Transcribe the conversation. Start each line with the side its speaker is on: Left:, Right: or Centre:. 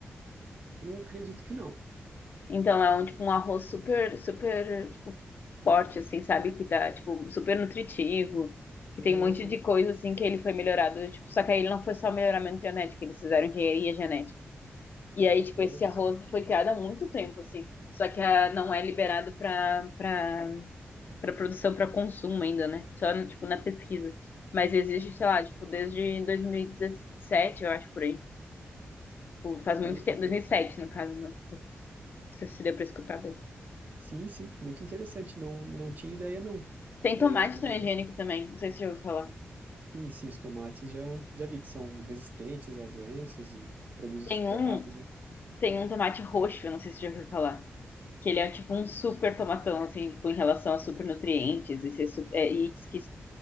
Right: Eu acredito que não.
Left: Então é um tipo um arroz super, super tipo, forte, assim, sabe? Que tá, tipo, super nutritivo, que tem
Right: Ah,
Left: um monte de coisa assim que ele foi melhorado, tipo, só que aí ele não foi só melhoramento genético, eles fizeram engenharia genética. E aí, tipo,
Right: nossa,
Left: esse arroz foi criado há muito tempo, assim. Só que ah, não é liberado para para para produção, para consumo ainda, né? Só, tipo, na pesquisa. Mas existe, sei lá, tipo, desde 2017, eu acho, por aí. Tipo, Faz muito
Right: olha
Left: tempo,
Right: que interessante.
Left: 2007, no caso, né? Não sei se deu pra escutar bem.
Right: Sim, sim, muito interessante. Não, não tinha ideia, não.
Left: Tem
Right: É,
Left: tomate
Right: eu acredito.
Left: transgênico também, não sei se você já ouviu falar.
Right: Sim, sim, os tomates já, já vi que são resistentes a doenças e produzem
Left: Tem
Right: super
Left: um,
Right: rápido.
Left: tem um tomate roxo, não sei se você já ouviu falar. Que ele é tipo um super tomatão, assim, tipo, em relação a super nutrientes. E, ser su- é, e diz que